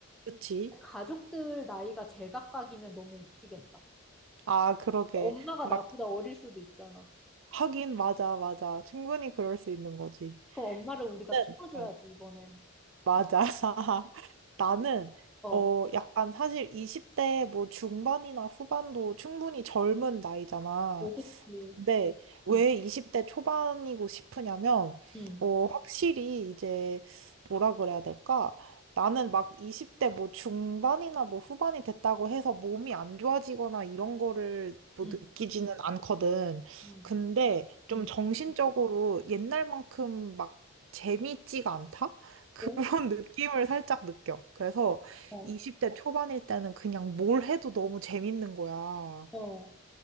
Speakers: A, on the right; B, in the centre.
A: 그치?
B: 가족들 나이가 제각각이면 너무 웃기겠다.
A: 아, 그러게.
B: 엄마가
A: 막,
B: 나보다 어릴 수도 있잖아.
A: 하긴, 맞아, 맞아. 충분히 그럴 수 있는 거지.
B: 그럼 엄마를 우리가
A: 네.
B: 키워줘야지,
A: 어,
B: 이번엔.
A: 맞아. <laughs> 나는,
B: 어,
A: 어, 약간 사실 20대 뭐 중반이나 후반도 충분히 젊은 나이잖아.
B: 오, 그치.
A: 네, 왜
B: 응,
A: 20대 초반이고 싶으냐면,
B: 응,
A: 어, 확실히 이제, 뭐라 그래야 될까? 나는 막 20대 뭐 중반이나 뭐 후반이 됐다고 해서 몸이 안 좋아지거나 이런 거를 뭐
B: 응,
A: 느끼지는 않거든.
B: 응,
A: 근데 좀
B: 응.
A: 정신적으로 옛날만큼 막 재밌지가 않다? 그런
B: 오,
A: <laughs> 느낌을 살짝 느껴. 그래서
B: 어, 어,
A: 20대 초반일 때는 그냥 뭘 해도 너무 재밌는 거야.
B: 어,